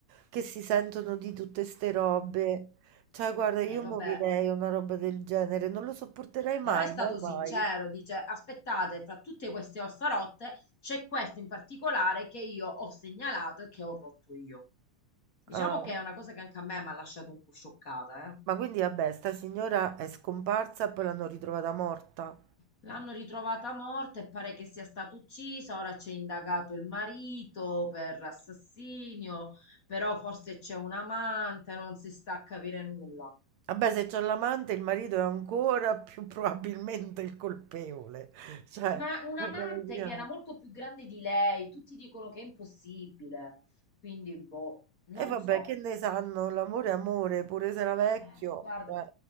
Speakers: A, on the right; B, on the left.
A: che si sentono di tutte ste robe. Cioè, guarda, io
B: Eh, vabbè.
A: morirei a una roba del genere, non lo sopporterei mai,
B: Però è stato
A: mai, mai.
B: sincero, dice: Aspettate, fra tutte queste ossa rotte c'è questo in particolare che io ho segnalato e che ho rotto io. Diciamo
A: Ah,
B: che è una cosa che anche a me mi ha lasciato un po' scioccata, eh.
A: Ma quindi, vabbè, sta signora è scomparsa e poi l'hanno ritrovata morta.
B: L'hanno ritrovata morta e pare che sia stata uccisa, ora c'è indagato il marito per assassinio, però forse c'è un amante, non si sta a capire nulla.
A: Vabbè, se c'è l'amante, il marito è ancora più <laughs> probabilmente il colpevole. Cioè,
B: Ma un
A: parliamoci
B: amante
A: chiaro.
B: che era molto più grande di lei, tutti dicono che è impossibile, quindi boh, non
A: E vabbè,
B: so.
A: che ne sanno? L'amore è amore, pure se era vecchio.
B: Eh, Guarda,
A: cioè,